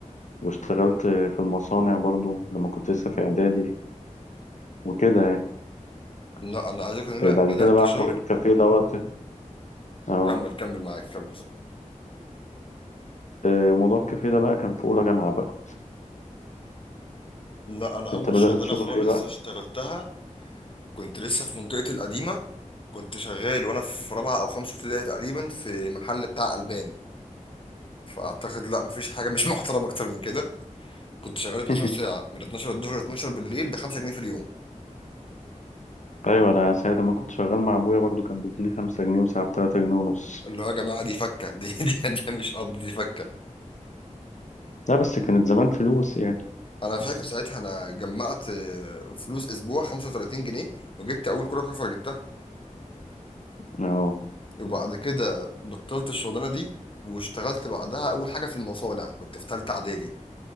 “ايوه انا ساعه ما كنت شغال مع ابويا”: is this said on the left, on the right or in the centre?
Left